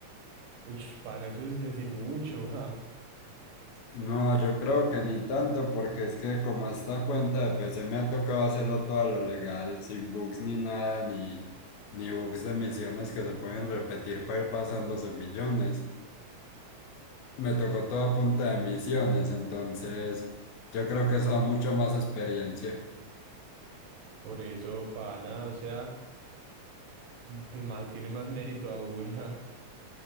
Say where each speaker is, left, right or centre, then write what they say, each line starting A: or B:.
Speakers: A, on the right; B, on the left.
A: uy, pana, eso es decir mucho. <laughs>
B: No, yo creo que ni tanto, porque es que como esta cuenta de PC me ha tocado hacerlo todo a lo legal, sin bugs ni nada, ni, ni bugs de misiones que se pueden repetir para ir pasándose millones. me tocó todo a punta de misiones, entonces yo creo que eso da mucha más experiencia.
A: Por eso, pana, o sea, pues más, tiene más mérito aún. <laughs> ja.